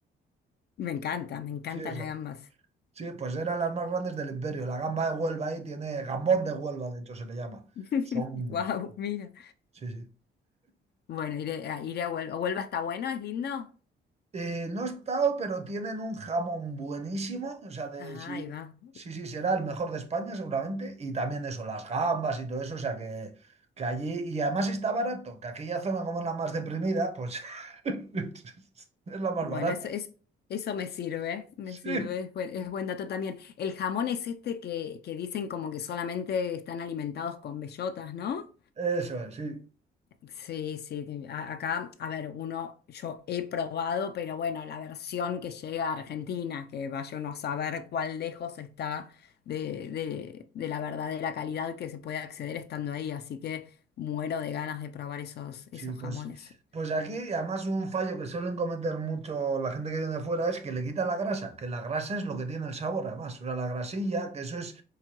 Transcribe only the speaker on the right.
sí, o sea,
sí, pues eran las más grandes del imperio. La gamba de Huelva ahí tiene, gambón de Huelva, de hecho se le llama.
Son,
sí, sí.
Eh, no he estado, pero tienen un jamón buenísimo. O sea, de,
sí,
sí, sí, será el mejor de España seguramente. Y también eso, las gambas y todo eso. O sea, que, que allí... Y además está barato, que aquella zona como es la más deprimida, pues <laughs> es la más
barata.
Sí,
eso es, sí.
Sí, pues,
pues aquí, y además un fallo que suelen cometer mucho la gente que viene de fuera es que le quita la grasa, que la grasa es lo que tiene el sabor, además. O sea, la grasilla, que eso es